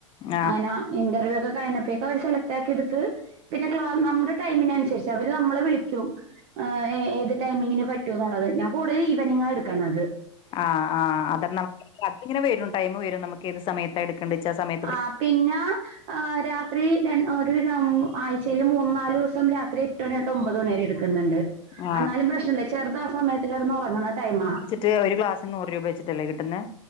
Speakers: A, on the left; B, on the right.
A: ആഹ്
B: അങ്ങനെ ഇന്റർവ്യൂ ഒക്കെ കഴിഞ്ഞപ്പേക്കഅവര് സെലക്റ്റ് ആക്കിഇട്ത്ത് പിന്നെ ക്ലാ നമ്മ്ടെ ടൈമിനനുസരിച്ചാ അവര് നമ്മളെ വിളിക്കും ഏ് ഏ ഏത് ടൈമിങ്ങിന് പറ്റോ എന്നുള്ളത് ഞാൻ കൂടുതൽ ഈവനിങ്ങ് എടുക്കണ അത്
A: ആ ആ അതാര അങ്ങനെ വരും ടൈം വരും നമുക്ക് ഏ സമയത്താണ് എടുക്കേണ്ട വെച്ചാൽ സമയ
B: ആ പിന്നെ ആ രാത്രി ര ആഴ്ചയിൽ മൂന്നാല് ദിവസം രാത്രി എട്ട് മണി തൊട്ട് ഒമ്പത് മണി വരെ ഇടും ന്നുണ്ട്
A: ആഹ്
B: എന്നാലും പ്രശ്നല്ലേ ചെറുതാ ആ സമയത്ത് കടന്ന് ഉറങ്ങുന്ന ടൈ ആ
A: വെച്ചിട്ട് ഒരു ഗ്ലാസ് നൂറ് രൂപ വെച്ചിട്ടല്ലേ കിട്ട് ന്നേ